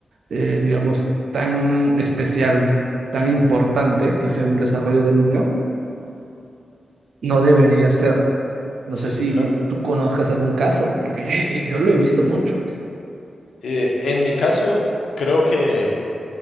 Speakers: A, on the right; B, on the left.
A: eh, digamos, tan especial, tan importante, que es el desarrollo del niño, no debería ser. No
B: sí,
A: sé si
B: sí, claro.
A: tú conozcas algún caso, porque <laughs> yo lo he visto mucho.
B: Eh, en mi caso, creo que